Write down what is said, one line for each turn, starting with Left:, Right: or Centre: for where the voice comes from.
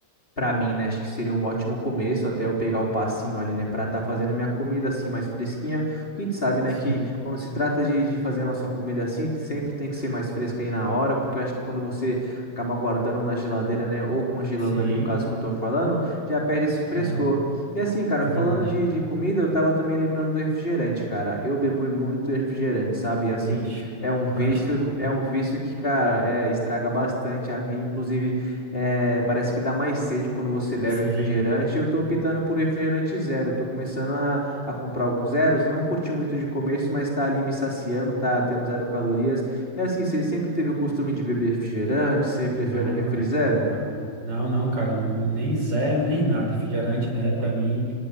Left: Pra mim, né, acho que seria um ótimo começo até eu pegar o passinho ali, né, pra tá fazendo minha comida assim mais fresquinha. Porque a gente sabe, né,
Right: sim,
Left: que quando se trata de, de fazer a nossa comida assim, sempre tem que ser mais fresca aí na hora, porque eu acho que quando você acaba guardando na geladeira, né, ou congelando
Right: sim,
Left: ali, o caso que eu tô falando, já perde esse frescor.
Right: né?
Left: E assim, cara,
Right: É verdade.
Left: falando de, de comida, eu tava também lembrando do refrigerante, cara. Eu bebo muito refrigerante, sabe? Assim,
Right: Ixi,
Left: é um vício,
Right: presta não.
Left: que- é um vício que, cara, é, estraga bastante. Alguém, Inclusive, é, parece que dá mais sede quando você bebe
Right: Sim.
Left: refrigerante. Eu tô optando por refrigerante zero. Eu tô começando a, a comprar alguns zeros. Não curti muito de começo, mas tá ali me saciando, tá tendo zero calorias. E assim, você sempre teve o costume de beber refrigerante? Você prefere
Right: Não,
Left: um refri
Right: cara.
Left: zero?
Right: Não, não, não, cara, não, nem zero, nem nada. Refrigerante, né? Pra mim,